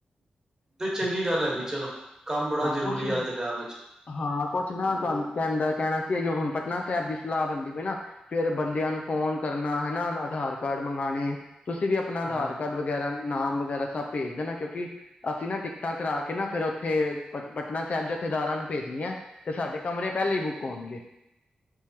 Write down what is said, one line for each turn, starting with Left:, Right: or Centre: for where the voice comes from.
Right: ਤੇ ਚੰਗੀ ਗੱਲ ਹੈਗੀ ਚਲੋ ਕੰਮ ਬੜਾ
Left: ਹਾਂ
Right: ਜ਼ਰੂਰੀ
Left: ਕੁਛ
Right: ਹੈ ਅੱਜ ਦੇ ਟਾਈਮ ਵਿੱਚ
Left: ਹਾਂ ਕੁਛ ਨਾ ਤੂਹਾਨੂੰ
Right: ਹੂੰ,
Left: ਤਾ ਕਹਿਣਾ ਸੀ ਏਔ ਹੁਣ ਪਚੀਸ ਨਾ ਸਾਹਿਬ ਦੀ ਸਲਾਹ ਬਣਦੀ ਪਈ ਨਾ ਫ਼ਿਰ ਬੰਦਿਆ ਨੂੰ ਫ਼ੋਨ ਕਰਨਾ ਹੈਨਾ, ਅਧਾਰ ਕਾਰਡ ਮੰਗਾਣੇ ਤੁਸੀਂ ਵੀ ਆਪਣਾ ਆਧਾਰ
Right: ਹਾਂ
Left: ਕਾਰਡ ਵਗੈਰਾ ਨਾਮ ਵਗੈਰਾ ਸਭ ਭੇਜ ਦੇਣਾ ਕਿਉੰਕਿ ਅਸੀਂ ਨਾ ਟਿਕਟਾਂ ਕਰਾ ਕੇ ਫਿਰ ਉੱਥੇ ਪ ਪਟਨਾ ਸਾਹਿਬ ਜਥੇਦਾਰਾਂ ਨੂੰ ਭੇਜਣੀਆਂ ਤੇ ਸਾਡੇ ਕਮਰੇ ਪਹਿਲਾਂ ਹੀ ਬੁੱਕ ਹੋਣਗੇ।